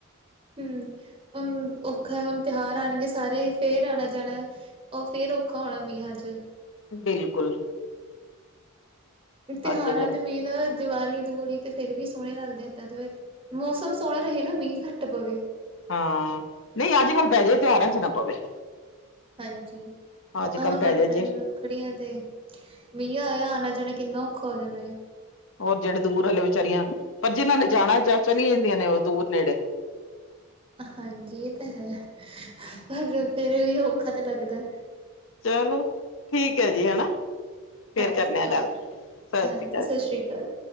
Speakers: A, on the right; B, on the left.
A: ਹੂੰ ਹੁਣ ਔਖੈ, ਹੁਣ ਤਉਹਾਰ ਆਣਗੇ ਸਾਰੇ ਫੇਰ ਆਣਾ-ਜਾਣਾ ਓ ਫੇਰ ਔਖਾ ਹੋਣਾ, ਮੀਹਾਂ ਚ।
B: ਬਿਲਕੁੱਲ।
A: ਤਉਹਾਰਾਂ
B: ਜਗ੍ਹਾ
A: ਚ
B: ਤੇ
A: ਮੀਂਹ ਦਾ ਦੀਵਾਲੀ-ਦਵੁਲੀ ਤੇ ਫੇਰ ਵੀ ਸੋਹਣੇ ਲੱਗਦੇ, ਏਦਾਂ ਦੇ ਮੌਸਮ ਸੋਹਣਾ ਰਹੇ ਨਾ ਮੀਂਹ ਘੱਟ ਪਵੇ।
B: ਹਾਂ ਨਈਂ ਅੱਜ-ਕੱਲ ਪੈਜੇ, ਤਉਹਾਰਾਂ ਚ ਨਾ ਪਵੇ।
A: ਹਾਂਜੀ,
B: ਅੱਜ
A: ਆਹ
B: ਕੱਲ੍ਹ
A: ਹੁਣ
B: ਪੈ
A: ਰੱਖਣੀ
B: ਜੇ ਜੇ
A: ਰੱਖੜੀਆਂ ਤੇ ਮੀਂਹ ਆਇਆ, ਆਣਾ-ਜਾਣਾ ਕਿੰਨਾ ਔਖਾ ਹੋ ਜਾਣਾ ਏ।
B: ਓ ਜੇੜੇ ਦੂਰ ਵਾਲੀ ਵਿਚਾਰੀਆਂ ਪਰ ਜੀਨਾਂ ਨੇ ਜਾਣਾ ਜਾਂ ਚਲੀਆਂ ਜਾਂਦੀਆਂ ਨੇ ਓ ਦੂਰ ਨੇੜੇ। <inaudible>
A: ਹਾਂਜੀ ਏ ਤਾਂ ਹੈ ਪਰ ਤੇਰੇ ਲਈ ਔਖਾ ਤੇ ਲੱਗਦੈ।
B: ਚੱਲੋ ਠੀਕ ਐਜੀ, ਹੈਨਾ ਫੇਰ
A: ਹਾਂਜੀ
B: ਕਰਨੇ ਆਂ ਗੱਲ,
A: ਓਕੇ
B: ਸਤਿ
A: ਹਾਂਜੀ
B: ਸ੍ਰੀ ਅਕਾਲ
A: ਸਤਿ
B: ਜੀ।
A: ਸ਼੍ਰੀ ਅਕਾਲ।